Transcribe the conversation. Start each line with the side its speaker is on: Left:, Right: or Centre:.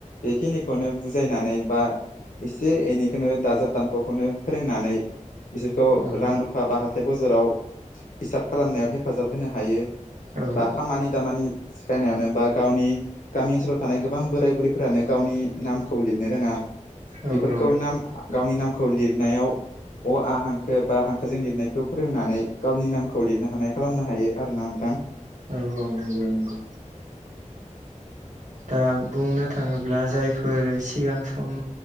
Left: बेखिनिखौनो बुजायनानै बा एसे एनैखौनो दाजाब दानख'खौनो फोरोंनानै बिसोरखौ
Right: औ
Left: रां रुफा बा हाथाय बजाराव हिसाब खालामनायाव हेफाजाब होनो हायो।
Right: औ
Left: बा खामानि दामानि सिखायनायावनो एबा गावनि गामि ओनसोलाव थानाय गोबां बोराय बुरैफोरानो गावनि नामखौ लिरनो रोङा
Right: औ
Left: बेफोरखौ
Right: औ
Left: नाम गावनि नामखौ लिरनायाव अ आ हांखो बा हांखोजों लिरनायखौ फोरोंनानै गावनि नामखौ लिरनो हानाय खालामनो हायो आरोना नोंथां।
Right: औ औ नंगौ नंगौ। दा बुंनो थाङोब्ला जायफोर सिगां सम